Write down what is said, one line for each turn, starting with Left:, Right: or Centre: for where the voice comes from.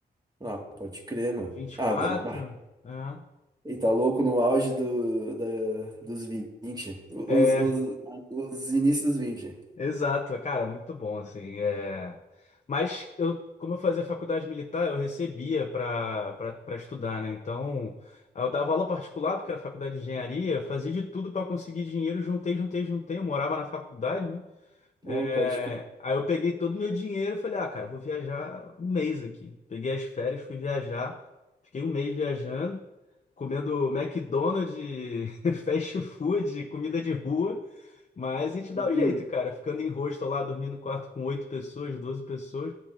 Right: Ah, pode crer, mano.
Left: vinte e
Right: Ah,
Left: quatro
Right: de- bah.
Left: né?
Right: Ele tá louco no auge do, da, dos vinte Os,
Left: É,
Right: os, os inícios dos vinte
Left: Exato, cara, muito bom, assim, é... Mas eu, como eu fazia faculdade militar, eu recebia para para estudar, né? Então, eu dava aula particular, porque era faculdade de engenharia, fazia de tudo para conseguir dinheiro, juntei, juntei, juntei, eu morava na faculdade, né?
Right: Pô,
Left: É,
Right: pode crer.
Left: Aí eu peguei todo o meu dinheiro e falei, ah, cara, eu vou viajar um mês aqui. Peguei as férias, fui viajar, fiquei um mês viajando, comendo McDonald's, <laughs> fast food, comida de rua, mas a gente dá
Right: Uhum.
Left: o jeito, cara. Ficando em hostel lá, dormindo no quarto com oito pessoas, 12 pessoas.